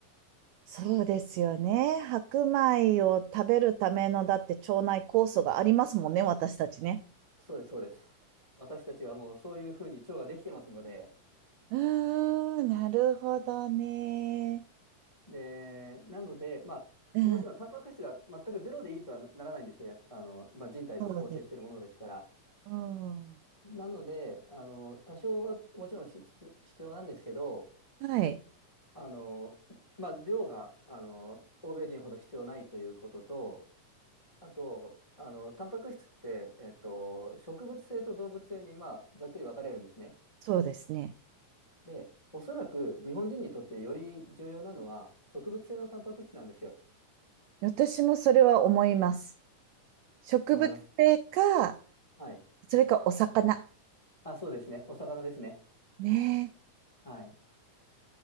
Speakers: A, on the right; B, on the left.
A: そうですよね。白米を食べるための、だって腸内酵素がありますもんね、私たちね。
B: あ、そうです、そうです。私たちはもうそういうふうに腸ができてますので、
A: うーん、なるほどね。
B: で、なので、まあ、
A: うん、
B: もちろんタンパク質が全くゼロでいいとはなならないんですよ。やっぱあの、まあ、人体の構成しているものですから。
A: そうです。うん。
B: なので、あの、多少はもちろん必必必要なんですけど、
A: はい。
B: あの、まず量が、あの、欧米人ほど必要ないということと、あと、あの、タンパク質って、えっと、植物性と動物性に、まあ、ざっくり分かれるんですね。
A: そうですね。
B: で、おそらく日本人にとってより重要なのは、植物性のタンパク質なんですよ。
A: 私もそれは思います。植物性か、
B: 思います。はい。
A: それかお魚。
B: あ、そうですね。お魚ですね。
A: ねえ、
B: はい。